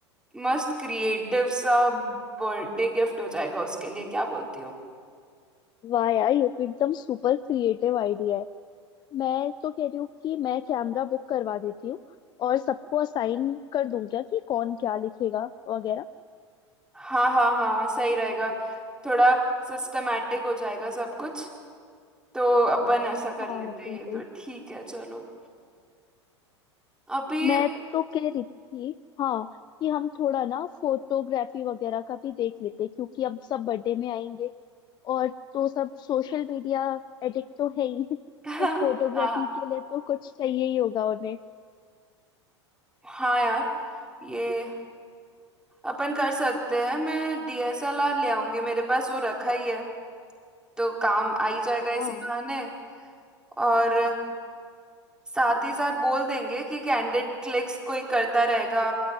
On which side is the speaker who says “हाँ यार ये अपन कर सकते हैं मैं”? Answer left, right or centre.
Centre